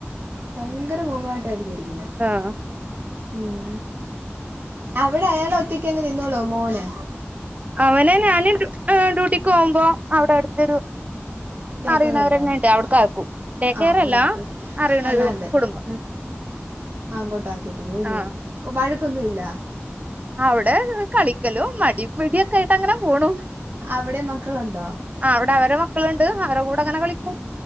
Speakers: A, on the right; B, on the right.
A: ഭയങ്കര മുഖമായിട്ടായിരിക്കും ഇരിക്കുന്നത്
B: ആ
A: ഉം അവിടെ അയാള ഒറ്റക്ക് അങ്ങ് നിന്നോളൂ മോനെ
B: അവനെ ഞാന് ഡ്യൂട്ടിക്ക് പോകുമ്പോ അവിടെ അടുത്തൊരു
A: ഡേ
B: അറിയുന്നവരെന്നേണ്ട്
A: കെയർ ഉണ്ടോ
B: അവിടക്കാക്കും ഡേ
A: ആ
B: കെയറല്ല
A: അവിടെ ആക്ക്
B: അറിയണ
A: അല്ലാണ്ട്
B: ഒരു കുടുംബം ഉം
A: ആ അങ്ങോട്ട് ആക്കിയിട്ട് പോവല്ലയൊ
B: ആഹ്
A: വഴക്കൊന്നുല്ല
B: അവിടെ കളിക്കലും മടി മടിയൊക്കെ ആയിട്ട് അങ്ങനെ പോണു
A: അവിടെ മക്കളുണ്ടോ
B: ആ അവിടെ അവരു മക്കളുണ്ട് അവരെ കൂടെ അങ്ങനെ കളിക്കും